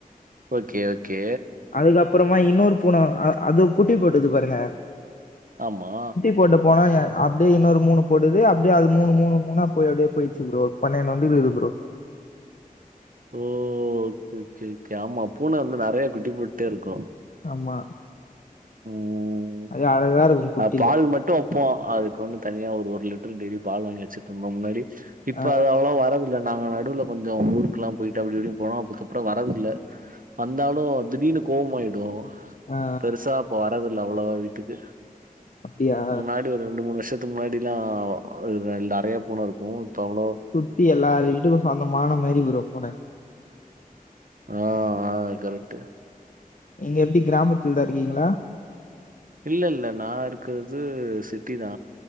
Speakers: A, on the right (about 65°); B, on the left (about 60°).
A: ஓகே ஓகே
B: அதுக்கப்றமா இன்னோரு பூன அது குட்டி போட்டுது பாருங்க
A: ஆமா
B: போட்டு போனா அப்டியே இன்னொரு மூணு போட்டுது அப்டிய அது மூணு மூணு மூணா போய் அப்டியே பொய்ட்ச்சு ப்ரோ பன்னென்டு வந்ருக்கு ஃப்ரோ
A: ஓ ஒகே ஓகே ஓகே ஆமா பூன வந்து நறைய குட்டி போட்டே இருக்கு
B: ஆமா
A: ம்
B: அது அழகா இருக்கும் குட்டில
A: அ பால் மட்டு ப்போ அதுக்கு வந்து தனியா ஒரு ஒரு லிட்டர் டெய்லி பால் வாங்கி வச்சுட்ருந்தோ முன்னாடி இப்ப
B: ஆ
A: அது அவ்ளோ வரதில்ல நாங்க நடுவ்ல கொஞ்சோ ஊருக்லா பொய்ட்டு அப்டிஇப்டி போன அதுக்கப்ற வரதில்ல வந்தாலு திடீர்னு கோவமாய்டு
B: ஆ ஆ
A: பெருசா இப்ப வரதில்ல அவ்ளவா வீட்டுக்கு
B: அப்டியா
A: முன்னாடி ஒரு ரெண்டு மூணு வருஷத்துக்கு முன்னாடிலா ரெ நறைய பூனருக்கு இப்போ அவ்ளோவா
B: பத்தி எல்லாரு வீட்டுக்கு சொந்தமான மாரி ஒரு பூன
A: ஆ ஆ கரெக்ட்டு
B: நீங்க எப்டி கிராமத்துல தா இருக்கீங்ளா
A: இல்லல்ல நா இருக்றது சிட்டி தா